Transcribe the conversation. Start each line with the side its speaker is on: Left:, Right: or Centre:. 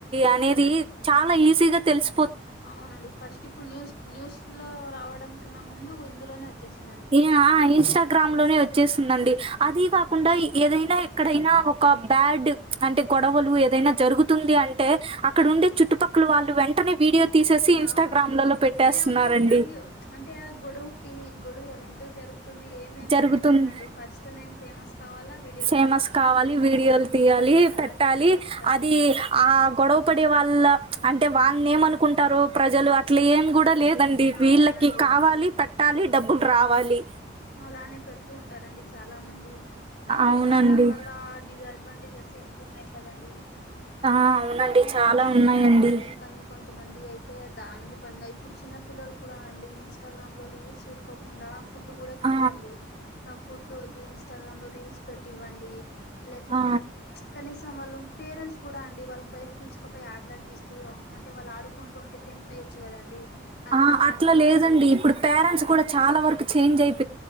Right: అనేది చాలా ఈజీగా తెలుసు
Left: అవునండి ఫస్ట్ ఇప్పుడు న్యూస్ న్యూస్ లో రావడం కన్నా ముందు ఇందులోనే వచ్చేస్తుంది
Right: ఈ ఆ ఇన్స్టాగ్రామ్ లోనే వచ్చ వచ్చేస్తుందండి అది కాకుండా ఏదైనా ఎక్కడైనా ఒక బ్యాడ్ అంటె గొడవలు ఏదైనా జరుగుతుంది అంటే అక్కడ ఉండే చుట్టుపక్కల వాళ్ళు వెంట వెంటనే వీడియో తీసేసి ఇన్స్టాగ్రామ్లలో
Left: అవునండి
Right: పెట్టేస్తున్నారండి
Left: ఏమంటే మొత్తానికి అంటే ఆ గొడవకి గొడవ ఇలా ఎందుకు జరుగుతుంది ఏమి అని
Right: జరుగుతుంది
Left: కూడా చూడండి ఫస్ట్ నేను ఫేమస్ కావాలా విడీ
Right: ఫేమస్ కావాలి వీడియోలు తీయాలి
Left: అలాగే
Right: పెట్టాలి
Left: పెడుతూ ఉంటారండి
Right: అది ఆ గొడవ పడే వాళ్ళ అంటే వాళ్ళని ఏమనుకుంటారు ప్రజలు అట్ల ఏం కూడా లేదు కదండి వీళ్ళకి
Left: అవునండి
Right: కావాలి పెట్టాలి డబ్బులు రావాలి
Left: అలానే పెడుతూ ఉంటారండి చాలా మంది కానీ
Right: అవునండి
Left: దాని వల్ల డిస్ అడ్వాంటేజెస్ ఎక్కువ ఉన్నాయి కదండి
Right: ఆ అవునండి
Left: ఎక్కువ
Right: చాలా
Left: యూస్ చేయకూడదు
Right: ఉన్నాయండి
Left: అది కాని కొంతమంది అయితే దాన్నే పనిగా ఇప్పుడు చిన్న పిల్లలు కూడా అండి ఇంస్టాగ్రామ్ లో రీల్స్ పెట్టుకోకుండా ఫుడ్ కూడా తినరండి
Right: ఆ
Left: ఇప్పుడు నాకు ఫుడ్ వదు ఇన్స్టాగ్రామ్ లో రీల్స్ పెట్టివ్వండి లేకుంటే
Right: ఆ
Left: కనీసం వాళ్ళు పేరెంట్స్ కూడా అండి వాళ్ళకి బయట పిలుచుకపోయి ఆట్లాడిపిస్తూ అంటే వాళ్ళు ఆడుకుంటుంటే తినిపియొచ్చు కదండి అలా
Right: ఆ
Left: కూడా
Right: అట్లా
Left: అనుకోరండి
Right: లేదండి ఇప్పుడు పేరెంట్స్ కూడా చాలా వరకు చేంజ్ అయిపో